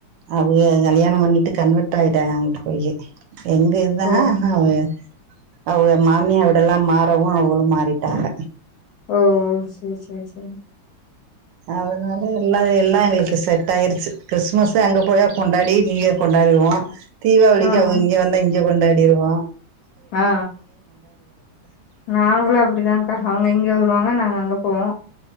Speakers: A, on the right (about 75°); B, on the left (about 70°).
A: அவுக கல்யாணம் பண்ணிட்டு கன்வெர்ட் ஆயிடாக அங்குட்டு போய் எங்க நா
B: ஓ
A: நாவே அவுங்க மாமிய வீடல்லா மாறவு அவகளு மாறிட்டாங்க
B: ஓ சேரி சேரி சேரி
A: அதனால எல்லா எல்லா எங்களுக்கு செட் ஆயிருச்சு கிறிஸ்மஸ் அங்க போயி கொண்டாடி நியூ இயர் கொண்டாடிவோ தீபாவளிக்கு
B: ஆ
A: அவுங்க
B: ஆ
A: இங்க வந்தா இங்க கொண்டாடிடுவோ
B: ஆ ஆ நாங்களு அப்டிதான்க் அவுங்க இங்க வருவாங்க நாங்க அங்க போவோ